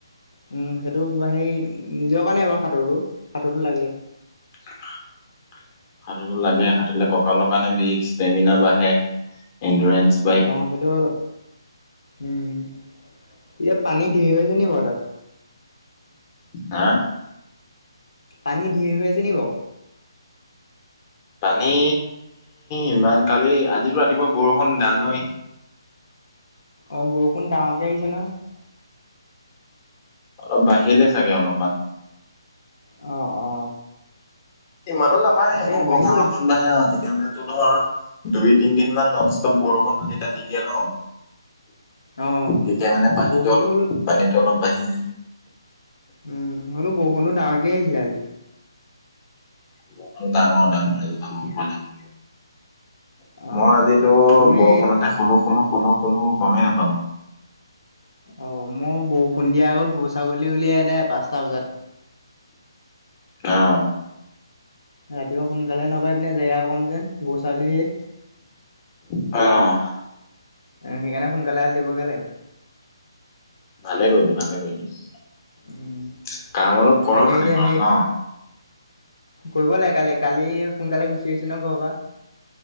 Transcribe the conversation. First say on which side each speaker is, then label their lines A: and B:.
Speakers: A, on the left; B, on the left.
A: উম, সেইটো তোমাৰ হেৰি নিজৰ কাৰণেই বাৰু সাঁতোৰটো। সাঁতোৰটো লাগে।
B: <unintelligible> সাঁতুৰটো লাগে। সাঁতুৰিলে ককালৰ কাৰণে বিষ, ষ্টেমিনা বাঢ়ে, ইণ্ডুৰেঞ্চ
A: অ', সেইটো বাৰু, উম, এতিয়া পানী ধেৰ হৈ আছে নি বাৰু তাত?
B: হা?
A: পানী ধেৰ হৈ আছে নি বাৰু?
B: পানী, ইমান, কালি আজিলৈ ৰাতিপুৱা বৰষুণ জানয়ে
A: অ', বৰষুণ ডাঙৰকৈ আহিছে নহয়।
B: অলপ বাঢ়িলে চাগে অলপমান।
A: অ, অ'।
B: ইমানো নাবাঢ়ে।
A: তাকে
B: সেইকন
A: বাঢ়িব
B: বৰষুণ অকণ বাঢ়ে আৰু তেতিয়া মানে তোৰ ধৰ দুই, তিনিদিন মান নোন ষ্টপ বৰষুণটো যেতিয়া দি দিয়ে ন'
A: অ
B: তেতিয়া মানে, পানীতো
A: বৰষুণটো
B: অলপ,
A: হ'লো
B: পানীতো অলপ বাঢ়ি যায়।
A: উম, হ'লেও বৰষুণটো ডাঙৰকে আহিছিলে আজি।
B: বৰষুণ ডাঙৰ, ডাঙৰ আজি ডাঙৰ পানী
A: অ
B: মই আজিতো
A: তুমি
B: বৰষুণতে, শুলো-শুলো-শুলো-শুলো গমেই নাপালো।
A: অ', মই বৰষুণ দিয়া আগত গৰু, ছাগলী উলিয়াই আদায়, পাঁচটা বজাতে।
B: অ'।
A: ৰাতিপুৱা সোনকালে নগৈই পিনে, জেগা কম যেন, গৰু ছাগলী হেই
B: অ'।
A: উম, সেইকাৰণে সোনকালে এৰাল দিবগৈ লাগে।
B: ভালে কৰিলি, ভালে কৰিলি।
A: উম
B: কাম অলপ কৰ'
A: তাকে
B: মানে
A: এতিয়া
B: ঘৰত
A: সেই
B: ন'?
A: কৰিব লাগে। কালি, কালি সোনকালে গুচি আহিছো নহয় ঘৰৰ পৰা।